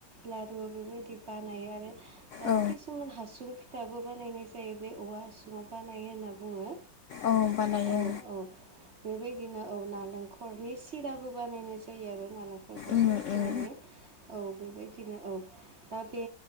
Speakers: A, on the right; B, on the left.
A: लारु बेबायदि बानायो आरो
B: औ
A: खिसुमान हासुं फिथाबो बानायनाय जायो बे औवा हासुङाव बानायो होनना बुंङो
B: औ बानायो
A: औ औ बेबायदिनो औ नालेंखरनि सिराबो बानायनाय जायो आरो नालेंखरखौ सोरखिनानै
B: उम उम
A: औ बेबायदिनो औ बे